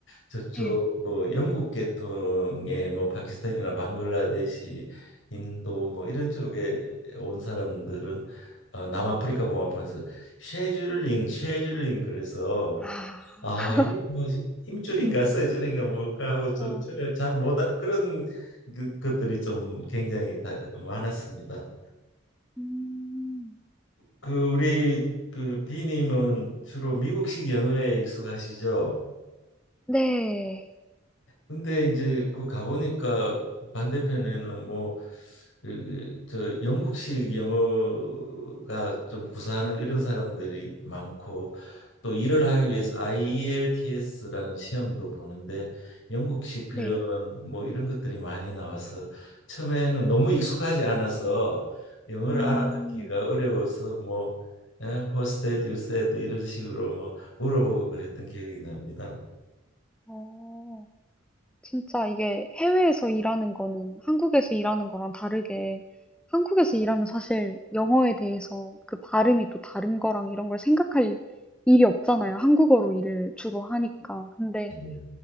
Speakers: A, on the left; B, in the centre.
A: 저쪽
B: 네.
A: 뭐 영국 계통의 뭐 파키스탄이나 방글라데시, 인도 뭐 이런 쪽에 온 사람들은 어, 남아프리카 공화국에서 쉐줄링, 쉐줄링 그래서
B: 아,
A: 아, 이게 뭐 힘줄인가 쇠줄인가 뭔가 하고 좀
B: 아,
A: 잘못 그런 그, 것들이 좀 굉장히 다, 많았습니다.
B: 음,
A: 그 우리 그 비님은 주로 미국식 영어에 익숙하시죠?
B: 네,
A: 근데 이제 그 가보니까 반대편에는 뭐 그, 그 저 영국식 영어가 좀 구사하는 이런 사람들이 많고 또 일을 하기 위해서
B: 어,
A: IELTS라는 시험도 보는데 영국식 표현
B: 네,
A: 뭐 이런 것들이 많이 나와서 처음에는 너무 익숙하지 않아서 영어를
B: 음,
A: 알아듣기가 어려워서 뭐 예, What's that you said 이런 식으로 뭐 물어보고 그랬던 기억이 납니다.
B: 어. 진짜 이게 해외에서 일하는 거는 한국에서 일하는 거랑 다르게 한국에서 일하면 사실 영어에 대해서 그 발음이 또 다른 거랑 이런 걸 생각할 일이 없잖아요. 한국어로 일을 주로 하니까. 근데
A: 네,